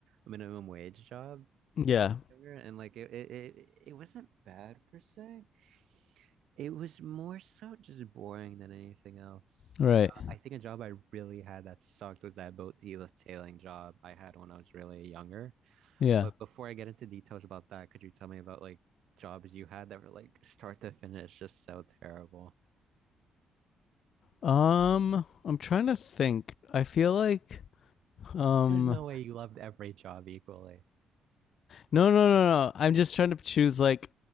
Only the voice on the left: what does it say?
Yeah.
Right.
Yeah.
Um, I'm trying to think. I feel like um
no no no no. I'm just trying to choose like